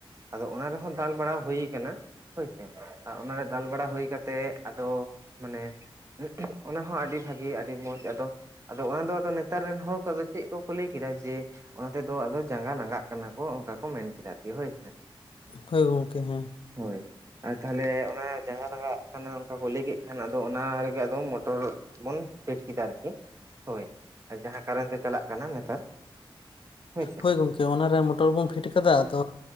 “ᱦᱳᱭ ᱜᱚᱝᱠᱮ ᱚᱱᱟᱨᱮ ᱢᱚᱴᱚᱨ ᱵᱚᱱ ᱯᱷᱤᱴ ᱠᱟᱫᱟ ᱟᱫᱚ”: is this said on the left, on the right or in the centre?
Left